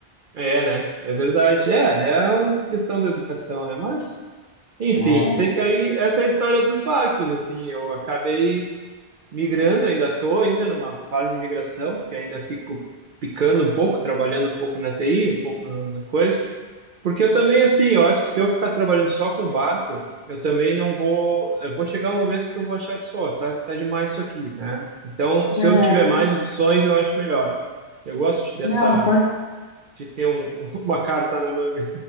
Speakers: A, on the right (about 55°); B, on the left (about 55°).
A: é, é, né? É verdade. É, é uma questão da educação, né? Mas, enfim,
B: né?
A: sei que aí essa é a história dos barcos, assim. Eu acabei migrando, ainda tô ainda numa fase de migração, porque ainda fico picando um pouco, trabalhando um pouco na TI, um pouco no, no coisa. Porque eu também, assim, eu acho que se eu ficar trabalhando só com barco, eu também não vou. Eu vou chegar um momento que eu vou achar de, ó, tá, tá demais isso aqui, né? Então, se
B: Aham.
A: eu tiver mais opções, eu acho melhor. Eu gosto de- dessa,
B: Não, com-
A: de ter um- <laughs> uma carta na manga,